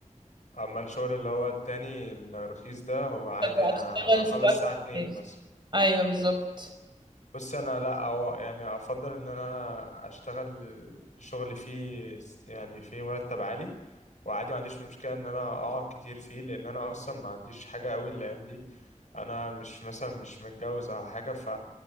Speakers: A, on the left; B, on the right.
A: اما الشغل اللي هو التاني الرخيص ده هو عادي
B: هتشتغل
A: انا هخلص
B: في الوقت
A: الساعة
B: اللي
A: 2
B: عايزه.
A: مثلا
B: ايوه بالظبط
A: بس انا لا أو يعني افضل ان انا اشتغل شغل فيه س- يعني فيه مرتب عالي وعادي ما عنديش مشكله ان انا اقعد كتير فيه لان انا اصلا ما عنديش حاجه قوي الايام دي انا مش مثلا مش متجوز او حاجه ف